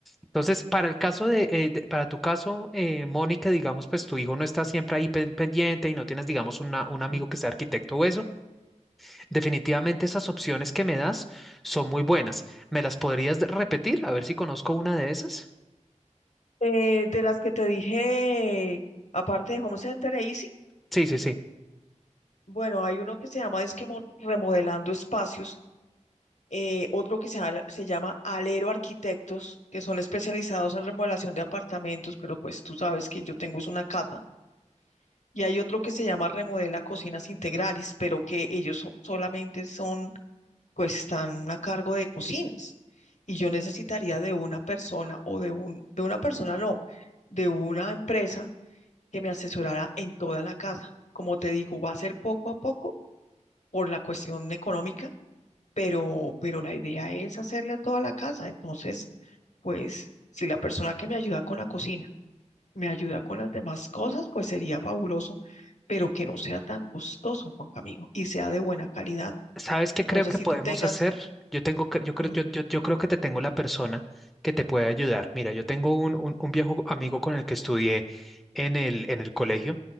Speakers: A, in the centre; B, on the left.
A: Entonces, para el caso de, eh, de- para tu caso, eh, Mónica, digamos, pues tu hijo no está siempre ahí pen- pendiente y no tienes, digamos, una- un amigo
B: mm.
A: que sea arquitecto o eso, definitivamente esas opciones que me das son muy buenas. ¿Me las podrías de- repetir? A ver si conozco una de esas.
B: Eh, de las que te dije, aparte de Home Center e Easy,
A: Sí, sí, sí.
B: bueno, hay uno que se llama Disque Mo- Remodelando Espacios, eh, otro que se, ala- se llama Alero Arquitectos, que son especializados en remodelación de apartamentos, pero pues tú sabes que yo tengo es una casa. Y hay otro que se llama Remodela Cocinas Integrales, pero que ellos so- solamente son, pues están a cargo de cocinas. Y yo necesitaría de una persona o de un, de una persona no, de una empresa que me asesorara en toda la casa. Como te digo, va a ser poco a poco por la cuestión económica, pero, pero la idea es hacerle a toda la casa. Entonces, pues, si la persona que me ayuda con la cocina me ayuda con las demás cosas, pues sería fabuloso, pero que no sea tan costoso, Juan Camilo, y sea de buena calidad.
A: ¿Sabes qué creo
B: No sé
A: que
B: si
A: podemos
B: tú tengas,
A: hacer? Yo tengo que, yo creo,
B: dime.
A: yo, yo, yo creo que te tengo la persona que te puede ayudar. Mira, yo tengo un, un, un viejo amigo con el que estudié en el, en el colegio